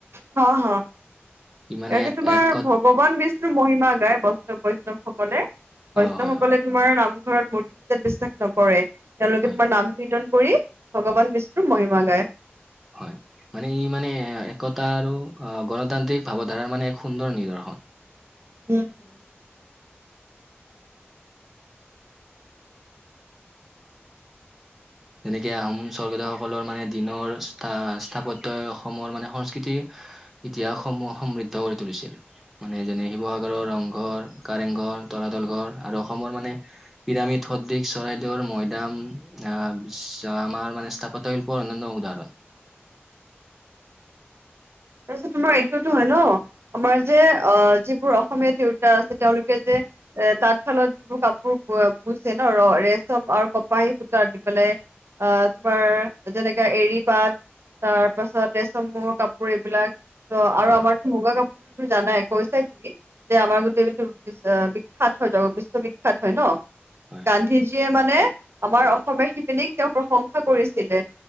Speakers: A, on the right; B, in the centre.
A: হা হা
B: ই মানে
A: ইয়াতে
B: এক
A: তোমাৰ
B: একত
A: ভগৱান বিষ্ণুৰ মহিমা গায়। বৈষ্ণৱ বৈষ্ণৱ সকলে বৈষ্ণব
B: অ হয়
A: সকলে তোমাৰ নামঘৰত মূৰ্তি পূজাত বিশ্বাস নকৰে। তেওঁলোকে
B: হয়
A: তোমাৰ নাম কীৰ্তন কৰি ভগৱান বিষ্ণুৰ মহিমা গায়।
B: হয় মানে ই মানে একতা আৰু অ' গণতান্ত্ৰিক ভাৱধাৰাৰ মানে এক সুন্দৰ নিদৰ্শন
A: উম হম
B: যেনেকে আহোম স্বৰ্গদেউ সকলৰ মানে দিনৰ স্থাপত্যই অসমৰ মানে সংস্কৃতি ইতিহাসসমূহ সমৃদ্ধ কৰি তুলিছিল মানে যেনে শিৱসাগৰৰ ৰংঘৰ কাৰেংঘৰ তলাতল ঘৰ আৰু অসমৰ মানে পিৰামিড সদৃশ চৰাইদেউৰ মৈদাম আহ বিশ আমাৰ মানে স্থাপত্য অনন্য উদাহৰণ <unintelligible>
A: তাৰপিছত তোমাৰ এইটোতো হয় ন আমাৰ যে অ' যিবোৰ অসমীয়া তিৰোতা আছে তেওঁলোকে যে। এ তাঁত শালত যিবোৰ কাপোৰ বুইছে ন ৰ ৰেচম আৰু কপাহী সূতা দি পেলাই। আহ তোমাৰ যেনেকা এৰি পাত তাৰ। তাৰপাছত চমৰ কাপোৰ এইবিলাক ত আৰু
B: হয়
A: আমাৰতো মুগা কাপোৰ। জানাই কৈছাই তুমি যে আমাৰ গোটেইটো বিখ্যাত হয় যাব বিশ্ববিখ্যয়াত হয় ন।
B: হয়
A: গান্ধীজীয়ে। আমাৰ অসমীয়া শিপিনীক তেওঁ প্ৰশংসা কৰিছিলে